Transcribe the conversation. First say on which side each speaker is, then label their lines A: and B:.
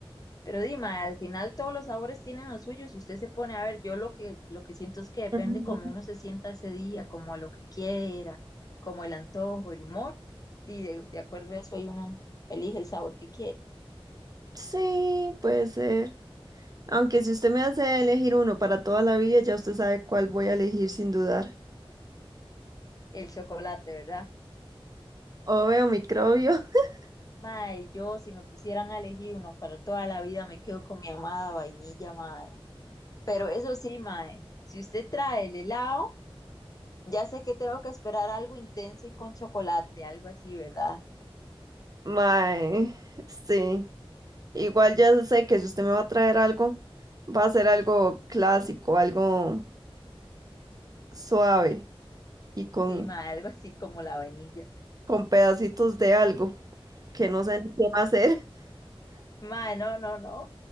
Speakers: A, on the left (about 40°); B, on the right (about 40°).
A: Pero Dima, al final todos los sabores tienen los suyos. Si usted se pone a ver, yo lo que, lo que siento es que depende
B: Ujú.
A: como uno se sienta ese día, como a lo que quiera, como el antojo, el humor. Y de, de acuerdo a eso, ahí uno elige el sabor que quiere.
B: Sí, puede ser. Aunque si usted me hace elegir uno para toda la vida, ya usted sabe cuál voy a elegir sin dudar.
A: El chocolate, ¿verdad?
B: Obvio, microbio. <laughs>
A: Mae, yo si me pusieran a elegir uno para toda la vida, me quedo con mi amada vainilla, mae. Pero eso sí, mae, si usted trae el helado, Ya sé que tengo que esperar algo intenso y con chocolate, algo así, ¿verdad?
B: Mae, sí. Igual ya sé que si usted me va a traer algo, va a ser algo clásico, algo suave y con,
A: Sí, mae, algo así como la vainilla.
B: con pedacitos de algo que no sé ni qué va a ser. <laughs>
A: Mae, no, no, no.